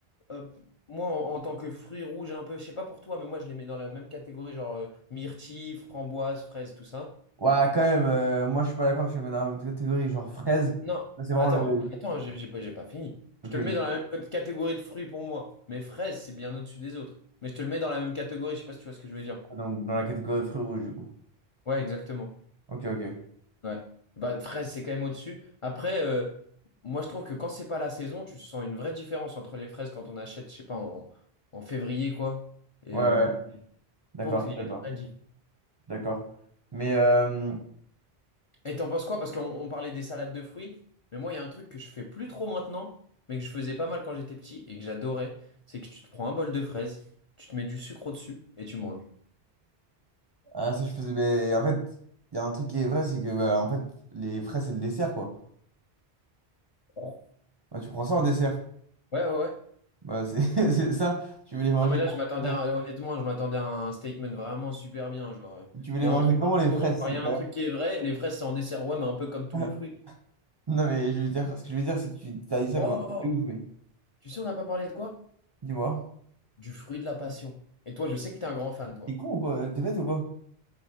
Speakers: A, on the left; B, on the right.
A: euh, Moi, en, en tant que fruits rouges, un peu, je sais pas pour toi, mais moi, je les mets dans la même catégorie, genre euh, myrtille, framboise, fraise, tout ça.
B: Ouais, quand même, euh, moi, je suis pas d'accord que je le mets dans la même catégorie. Genre, fraise,
A: Non,
B: moi, c'est vraiment
A: attends,
B: le.
A: attends, j'ai j'ai pas, j'ai pas fini. Je
B: Ok,
A: te
B: ok.
A: le mets dans la même cot- catégorie de fruits pour moi. Mais fraises, c'est bien au-dessus des autres. Mais je te le mets dans la même catégorie, je sais pas si tu vois ce que je veux dire.
B: Donc, dans la catégorie fruits rouges, du coup.
A: Ouais, exactement.
B: Ok, ok. Ouais,
A: Ouais. Bah, fraise, c'est quand même au-dessus. Après, euh, moi, je trouve que quand c'est pas la saison, tu sens une vraie différence entre les fraises quand on achète, je sais pas, en, en février, quoi. Et
B: Ouais.
A: euh,
B: ouais.
A: en... je
B: D'accord,
A: trouve qu'il
B: je suis d'accord.
A: y a des vraies différences.
B: Je suis d'accord. Mais, euh,
A: Et t'en penses quoi? Parce qu'on on parlait des salades de fruits, mais moi, il y a un truc que je fais plus trop maintenant, mais que je faisais pas mal quand j'étais petit et que j'adorais, c'est que tu te prends un bol de fraises, tu te mets du sucre au-dessus et tu manges.
B: ah, ça, je faisais. Mais, en fait, il y a un truc qui est vrai, c'est que, bah, en fait, les fraises, c'est le dessert, quoi.
A: Ouais,
B: Bah, tu prends ça en dessert.
A: ouais, ouais.
B: Bah, c'est <laughs> c'est ça. Tu veux les manger
A: Non, mais là,
B: comment,
A: je m'attendais,
B: les
A: à-
B: fraises
A: honnêtement, je m'attendais à un statement vraiment super bien. Genre, euh,
B: Tu veux les
A: il y
B: manger
A: a un truc,
B: comment,
A: qui- tu
B: les
A: commences
B: fraises?
A: par,
B: C'est
A: il y a
B: pas...
A: un truc qui est vrai, les fraises, c'est en dessert, ouais, mais un peu comme tous
B: vrai.
A: les fruits.
B: <laughs> Non, mais je veux dire, ce que je veux dire, c'est que tu as dit ça
A: Oh!
B: comme un truc de ouf, mais
A: Tu sais, on n'a pas parlé de quoi?
B: dis-moi.
A: Du fruit de la passion. Et toi, je sais que t'es un grand fan, toi.
B: T'es con ou quoi? T'es bête ou quoi?